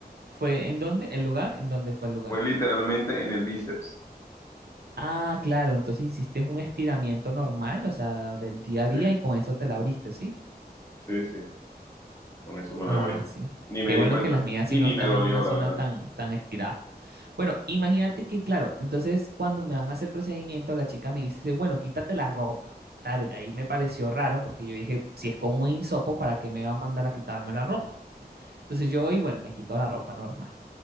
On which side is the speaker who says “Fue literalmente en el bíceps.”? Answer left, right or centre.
Left